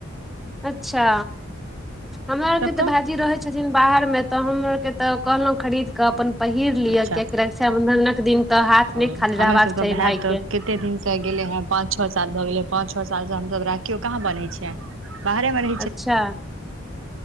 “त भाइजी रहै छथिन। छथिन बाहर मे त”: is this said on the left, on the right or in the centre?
Centre